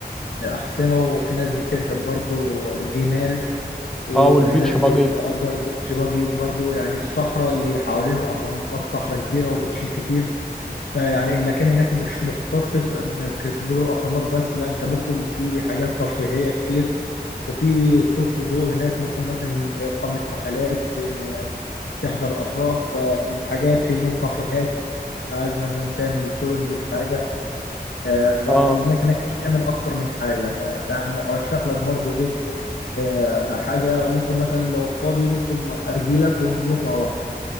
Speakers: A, on the left; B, in the centre.
A: أحصنة وفي ناس بتركب برضو جمال وفي
B: اه والبيتش
A: ناس بتأجر
B: باجي
A: بيتش باجي برضو يعني الصحراء اللي حوالين الأهرامات صحراء كبيرة وبتشيل كتير فيعني المكان هناك مش مقتصر إنك تزور الأهرامات بس لا أنت ممكن في حاجات ترفيهية كتير وفي صوت وضوء هناك ممكن مثلا إقامة حفلات آه، تحضر أفراح فالحاجات في هناك كافيهات لو عايز مثلا تعمل شوبنج في حاجة آه، فالملاك
B: اه
A: هناك بتشمل اكتر من حاجه فيعني ارشح لك برضو ايه آه، حاجه ممكن مثلا لو فاضي ممكن اجي لك ونروح مع بعض